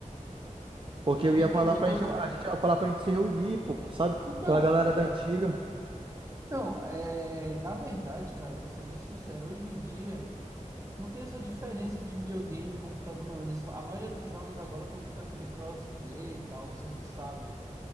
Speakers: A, on the right; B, on the right.
A: Porque
B: Não,
A: eu ia
B: então,
A: falar
B: eu
A: pra
B: tô
A: gente,
B: com.
A: a gente ia falar pra gente se reunir, pô, sabe?
B: Então,
A: Aquela galera
B: é.
A: da antiga.
B: Então, é, na verdade, cara, vou ser bem sincero, hoje em dia não tem essa diferença de videogame e computador, não. Eles, fa- a maioria dos jogos agora estão vindo com aquele crossplay e tal, não sei se tu sabe.